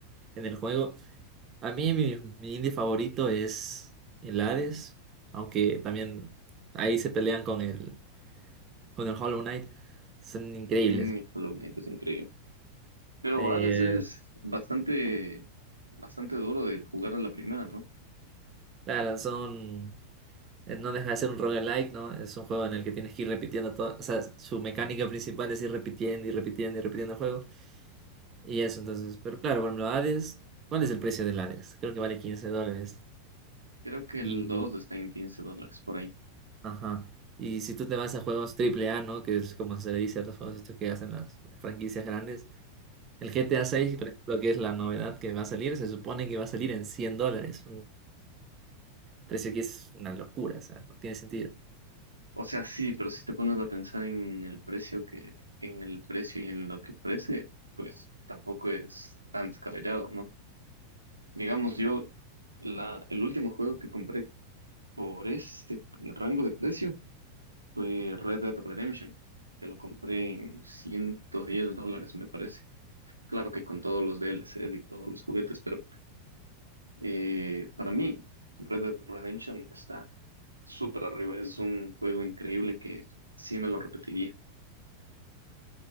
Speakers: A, on the right; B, on the right.
A: en el juego. A mí mi, mi indie favorito es el Hades, aunque también ahí se pelean con el, con el Hollow Knight. Son increíbles.
B: Mm, Hollow Knight es increíble. Pero
A: Eh,
B: Hades es bastante, bastante duro de jugar a la primera, ¿no?
A: claro, son eh, No deja de ser un roguelike, ¿no? Es un juego en el que tienes que ir repitiendo todo. O sea, su mecánica principal es ir repitiendo y repitiendo y repitiendo el juego. Y eso, entonces. Pero claro, bueno, Hades. ¿Cuál es el precio del Hades? Creo que vale 15 dólares.
B: Creo que
A: Y.
B: el 2 está en 15 dólares por ahí.
A: Ajá. Y si tú te vas a juegos triple A, ¿no? Que es como se le dice a los juegos estos que hacen las, las franquicias grandes. El G GTA 6, por ejemplo, que es la novedad que va a salir, se supone que va a salir en 100 dólares. Un precio que es una locura, o sea, no tiene sentido.
B: O sea, sí, pero si te pones a pensar en el precio que, en el precio y en lo que ofrece, pues tampoco es tan descabellado, ¿no? Digamos, yo, la, el último juego que compré por ese rango de precio fue Red Dead Redemption, que lo compré en 110 dólares, me parece. Claro que con todos los DLCs y todos los juguetes, pero eh, para mí, Red Dead Redemption está súper arriba. Es un juego increíble que sí me lo repetiría.